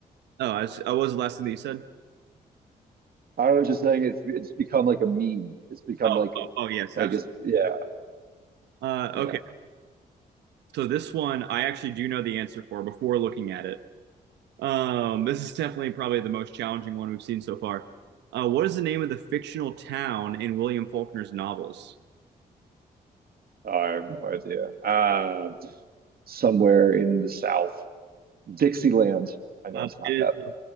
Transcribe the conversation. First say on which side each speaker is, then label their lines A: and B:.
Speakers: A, on the right (about 85°); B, on the right (about 60°).
A: Oh, I was, oh, what was the last thing that you said?
B: I was just saying it's it's become like a meme. It's become
A: Oh,
B: like
A: oh, oh yes,
B: like
A: absolutely.
B: it's yeah,
A: Uh,
B: yeah.
A: okay, so this one I actually do know the answer for before looking at it. Um, this is definitely probably the most challenging one we've seen so far. Uh, what is the name of the fictional town in William Faulkner's novels?
B: Oh, I have no idea. Uh somewhere in the South. Dixieland. I know
A: Uh,
B: it's not
A: it
B: that.
A: is